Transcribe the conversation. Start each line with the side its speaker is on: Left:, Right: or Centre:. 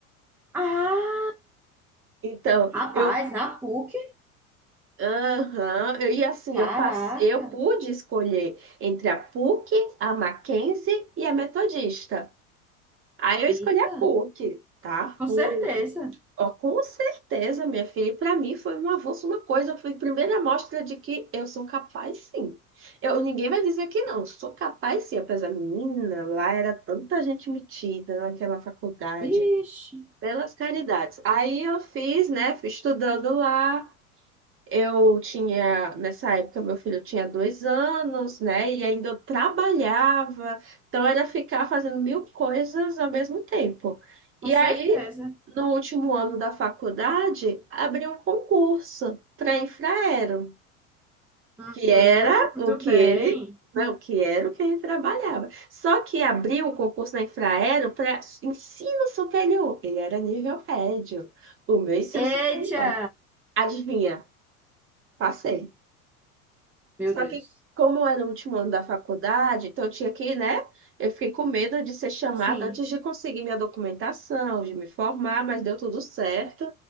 Centre: Ah,
Right: Então,
Centre: rapaz,
Right: eu,
Centre: na PUC?
Right: aham, eu, e assim,
Centre: Caraca.
Right: eu, passe, eu pude escolher entre a PUC, a Mackenzie e a Metodista. Aí eu
Centre: Eita.
Right: escolhi a PUC, tá?
Centre: Com
Right: Fui
Centre: certeza.
Right: Ó, com certeza, minha filha. E para mim foi um avanço, uma coisa. Foi a primeira mostra de que eu sou capaz, sim. Eu, ninguém vai dizer que não. Sou capaz, sim. Apesar, menina, lá era tanta gente metida naquela faculdade.
Centre: Vixe,
Right: Pelas caridades. Aí eu fiz, né? Fui estudando lá. Eu tinha, nessa época, meu filho tinha dois anos, né? E ainda eu trabalhava, então era ficar fazendo mil coisas ao mesmo tempo. E
Centre: com certeza.
Right: aí, no último ano da faculdade, abri um concurso para Infraero,
Centre: Uhum,
Right: que era
Centre: muito
Right: o que
Centre: bem.
Right: ele, né? O que era o que ele trabalhava. Só que abriu um concurso na Infraero para ensino superior. Ele era nível médio, o meu ensino
Centre: Eita!
Right: superior. Adivinha? Passei.
Centre: Meu
Right: Só
Centre: Deus.
Right: que, como era o último ano da faculdade, então eu tinha que, né? Eu fiquei com medo de ser chamada
Centre: Sim.
Right: antes de conseguir minha documentação, de me formar, mas deu tudo certo.